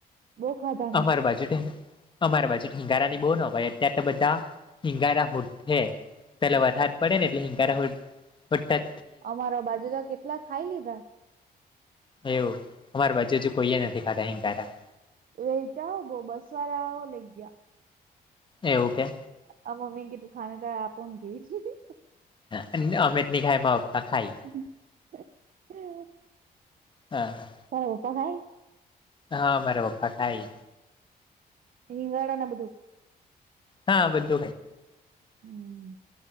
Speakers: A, on the right; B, on the left.
A: બો ખાધા
B: અમારી બાજુ તો અમારી બાજુ હીંગારાની બો નવાઈ અત્યારે તો બધા હીંગારા, હે પેલા વરસાદ પડેને એટલે હિંગારા શોધતા
A: અમારા બાજુ તો કેટલા ખાઈ લીધા
B: એવું અમારું બાજુ હજુ કોઈએ નથી ખાતા હિગારા
A: એવું કા બો બસ વાળા હો લઈ ગયા.
B: એવું કે
A: આ મમ્મી કેતું ખાને તો આપું ન જોય
B: હે એટલે અમે તો ની ખાય મારા પપ્પા ખાઈ.
A: <inaudible>
B: હા.
A: તારા પપ્પા ખાય.
B: હા મારા પપ્પા ખાઈ.
A: રીંગણ અને બધું
B: હા બધું ખાય.
A: હમમ.